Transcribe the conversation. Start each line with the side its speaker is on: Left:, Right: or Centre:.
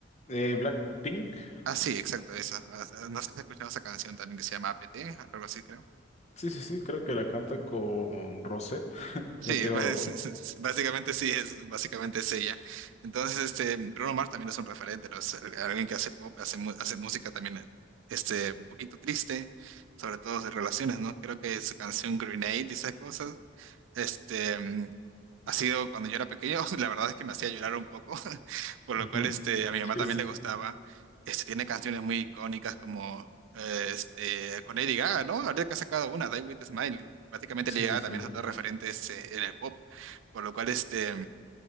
Left: Eh, Blackpink,
Right: Ah, sí, exacto, esa. Ah, ah, No sé si has escuchado esa canción también que se llama APT, algo así creo.
Left: sí, sí, sí, creo que la canta con Rosé. <laughs>
Right: Sí,
Left: No quiero.
Right: <laughs> básicamente sí, es, básicamente es ella. Entonces, este, Bruno Mars también es un referente, ¿no? Es alguien que hace pop, hace, mu- hace música también, este, un poquito triste, sobre todo de relaciones, ¿no? Creo que su canción Grenade y esas cosas, este, ha sido cuando yo era pequeño, <laughs> la verdad es que me hacía llorar un poco, <laughs> por lo
Left: Ujú.
Right: cual este, a mi mamá
Left: Sí,
Right: también
Left: sí,
Right: le gustaba. Este, tiene canciones muy icónicas como eh, este, con Lady Gaga, ¿no? Ahorita que ha sacado una, Die With a Smile. Prácticamente
Left: sí,
Right: Lady
Left: sí,
Right: Gaga
Left: sí.
Right: también es otra referente este, en el pop, por lo cual este,